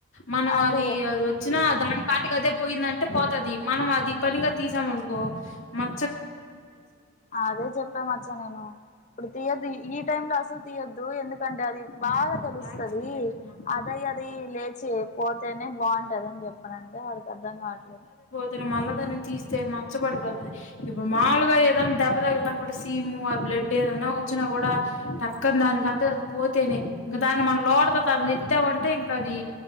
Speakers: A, on the left; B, on the left.
A: మనం
B: అదే
A: అది అది వచ్చినా దాని పాటికి అదే పోయిందంటే పోతది మనం అది పనిగా తీసాం అనుకో మ
B: అదే చెప్పామచ్చా నేను ఇప్పుడు తీయదు ఈ టైమ్ లో అసలు తీయొద్దు ఎందుకంటే అది
A: హుహు.
B: బాగా తెలుస్తది
A: యాక్సిడెంట్ అయ్యింది మా అత్తమ్మ
B: అదయ అది లే చే పోతేనే బాన్ కద నని చెప్పనంటే వాడికి అర్థం కావట్లేదు
A: తను మళ్ళ దాన్ని తీస్తే మచ్చపడిపోంది ఇప్పుడు మాములుగా ఏద దెబ్బ తగిలిన కూడా శిమ్ ఆ బ్లడ్ ఏదన్నా వచ్చినా కూడా టక్క దానికి అ అది పోతేనే ఇంకా దాన్ని మన లోతుగా దాన్ని తిత్తామంటే ఇంకా అది